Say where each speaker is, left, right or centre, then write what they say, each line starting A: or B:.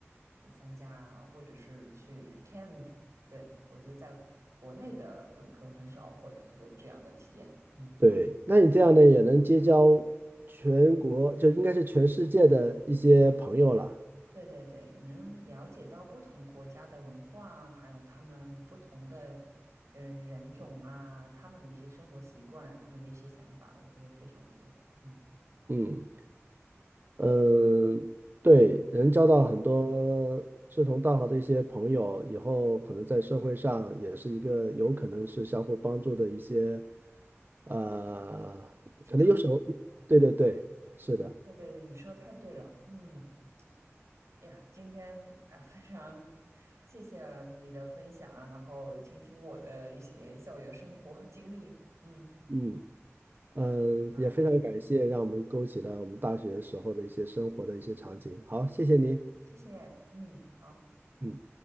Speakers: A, on the right; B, on the right.
A: 参加，或者是去 camp。对，我觉得在国内的本科很少会有这样的体验。嗯，
B: 对，那你这样呢，也能结交全国，就应该是全世界的一些朋友了。
A: 对对对，能了解到不同国家的文化啊还有他们不同的呃人种啊，他们的一些生活习惯，他们的一些想法，我觉得非常不错。嗯，
B: 嗯。嗯，对，能交到很多志同道合的一些朋友，以后可能在社会上也是一个有可能是相互帮助的一些，呃，
A: 基础。
B: 可能有时候，
A: 嗯，
B: 对对对，是的，
A: 对对对，你说的太对了。嗯。哎呀，今天啊，非常谢谢你的分享啊，然后倾听我的一些校园生活经历，嗯，
B: 嗯嗯，
A: 啊，
B: 也非常感谢让我们勾起了我们大学时候的一些生活的一些场景。
A: 我们嗯，
B: 好，谢谢你，
A: 谢谢，嗯，好。
B: 嗯。